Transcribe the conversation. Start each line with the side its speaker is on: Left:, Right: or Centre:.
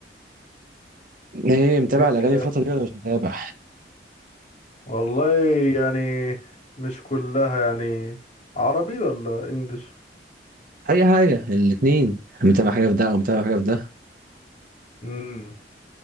Right: ايه متابع
Left: ايه
Right: الاغاني
Left: كده
Right: الفترة دي ولا مش متابع؟
Left: والله يعني مش كلها يعني عربي ولا انجليش
Right: اي حاجة الاتنين متابع حاجة في ده او متابع حاجة في ده
Left: امم